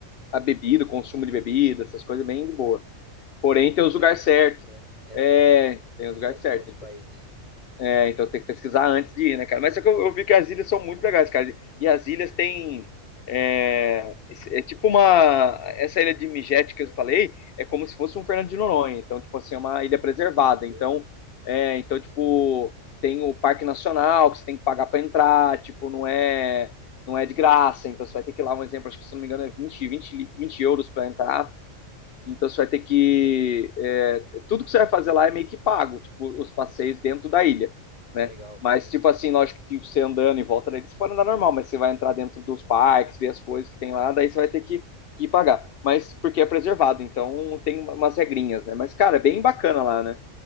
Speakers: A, on the left; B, on the left.
A: a bebida, consumo de bebida, essas coisas, bem de boa. Porém,
B: Isso eu acho
A: tem
B: que é
A: os
B: o mais
A: lugares
B: diferente,
A: certos.
B: né? É,
A: É, tem
B: do
A: os lugares
B: Brasil
A: certos.
B: para outros países.
A: É, então tem que pesquisar antes de ir, né, cara? Mas só que eu, eu vi que as ilhas são muito legais, cara. E as ilhas têm. É, é tipo uma. Essa ilha de Migete que eu falei é como se fosse um Fernando de Noronha. Então, tipo assim, é uma ilha preservada.
B: Nossa, que gostoso.
A: Então, é, então tipo, tem o Parque Nacional que você tem que pagar pra entrar. Tipo, não é, não é de graça. Então, você vai ter que ir lá, um exemplo, acho que se não me engano é vinte 20, 20 euros pra entrar. Então você vai ter que. é, tudo que você vai fazer lá é meio que pago, tipo, os passeios dentro da ilha, né?
B: Legal.
A: Mas, tipo assim, lógico que você andando em volta daí, você pode andar normal, mas você vai entrar dentro dos parques, ver as coisas que tem lá, daí você vai ter que, que pagar. Mas porque é preservado, então tem umas regrinhas, né? Mas, cara, é bem bacana lá, né?